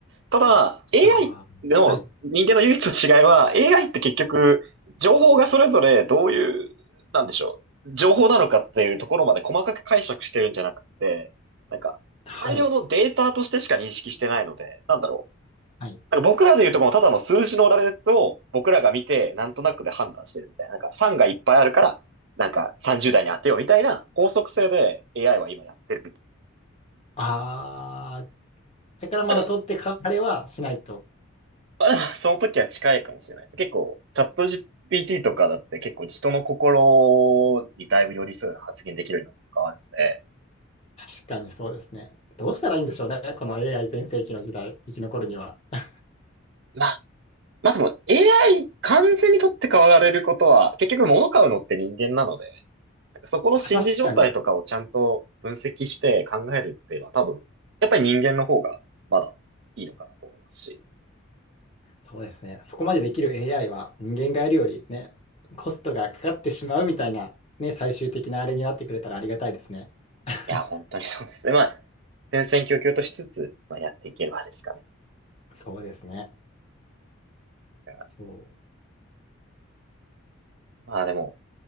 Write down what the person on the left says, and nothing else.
ああ、
はい。
はい。
はい。
ああ、だからまだ取ってか、
あれはしないと。
確かにそうですね。どうしたらいいんでしょうね。この AI 全盛期の時代、生き残るには。<laughs> ま
あ確かに。
そうですね。そこまでできる AI は人間がやるよりね、コストがかかってしまうみたいな、ね、最終的なあれになってくれたらありがたいですね。<laughs>
そうですね。
そう。